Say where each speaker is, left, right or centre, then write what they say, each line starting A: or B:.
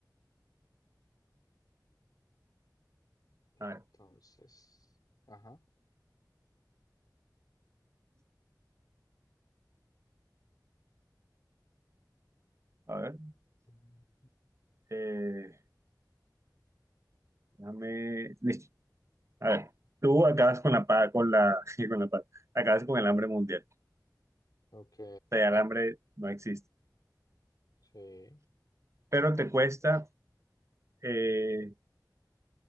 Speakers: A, on the left (about 60°); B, on the right (about 40°).
A: Entonces,
B: A ver,
A: ajá.
B: a ver.
A: Mm,
B: Eh, déjame. Listo. A ver. Tú acabas con la paz, con la, <laughs> con la paz. Acabas con el hambre mundial.
A: Ok,
B: O sea, ya el hambre no existe.
A: sí.
B: Pero te cuesta, eh,